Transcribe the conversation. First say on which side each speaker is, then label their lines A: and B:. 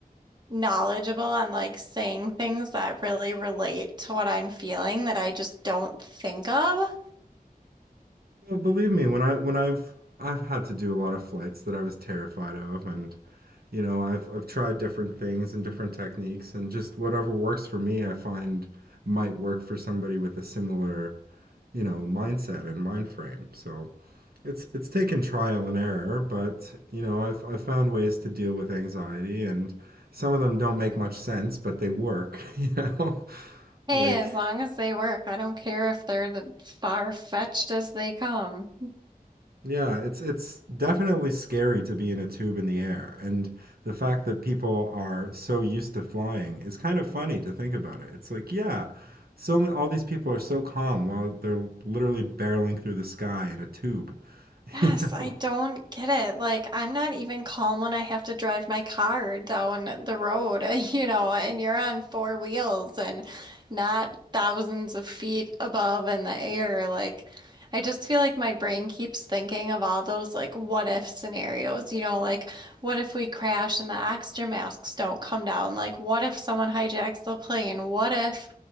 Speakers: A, on the right; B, on the right.
A: knowledgeable on like saying things that really relate to what I'm feeling that I just don't think of.
B: Well, believe me, when I when I've I've had to do a lot of flights that I was terrified of and you know I've I've tried different things and different techniques and just whatever works for me I find might work for somebody with a similar you know mindset and mind frame so it's it's taken trial and error but you know I've I've found ways to deal with anxiety and some of them don't make much sense but they work you know <laughs>
A: Hey,
B: like
A: as long as they work, I don't care if they're the far-fetched as they come.
B: Yeah, it's it's definitely scary to be in a tube in the air, and the fact that people are so used to flying is kind of funny to think about it. It's like, yeah, so ma- all these people are so calm while they're literally barreling through the sky in a tube. <laughs>
A: Yes,
B: You know?
A: I don't get it. Like, I'm not even calm when I have to drive my car down the road, <laughs> you know, and you're on four wheels and not thousands of feet above in the air. Like, I just feel like my brain keeps thinking of all those like what if scenarios, you know, like what if we crash and the oxygen masks don't come down? Like what if someone hijacks the plane? What if,